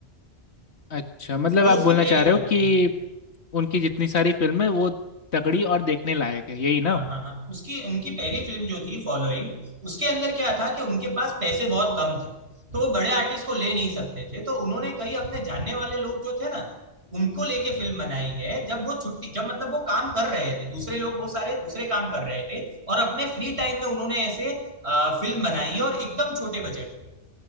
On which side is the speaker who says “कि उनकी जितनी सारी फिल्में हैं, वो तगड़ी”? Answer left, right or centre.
Left